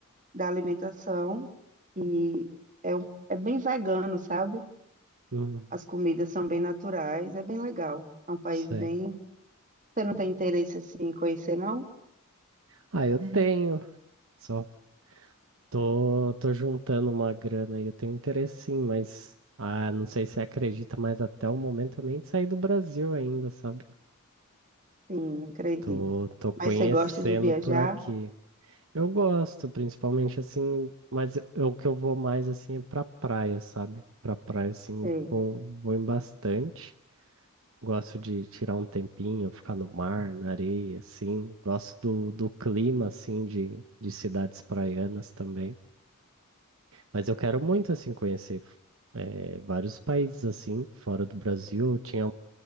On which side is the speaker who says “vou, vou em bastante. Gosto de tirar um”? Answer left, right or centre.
Right